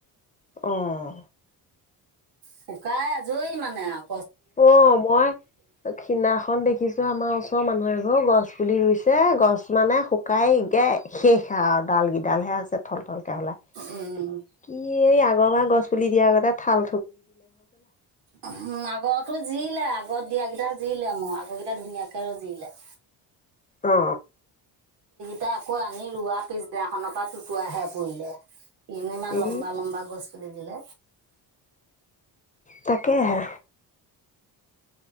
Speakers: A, on the left (about 20°); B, on the right (about 80°).
A: অহ
B: শুকাই আজৰি মানে আও
A: অ মই খীনাখনন দেখিছো আমাৰ ওচ- ৰ মানুহ এঘৰ গছ পুলি ৰুইছে গছ মানে শুকাই। এতিয়া শেষ আৰু ডাল গিডাল হে আছে থলথলকে হলাই,
B: উম
A: কি এই আগৰবাৰ গছ পুলি দিয়াৰগতে থাল
B: ওম আগৰতো জিলে আগত দিয়াকেইটা জিলে মো আগৰ কিটা ধুনীয়াকে জিলে।
A: অ
B: তাই আকৌ আনি ৰোৱা পিছদিনাখনৰ পৰা টোতোৱাহে পৰিলে। কিনো ইমান
A: ই
B: লম্বা লম্বা গছ পুলি দিলে।
A: তাকে হে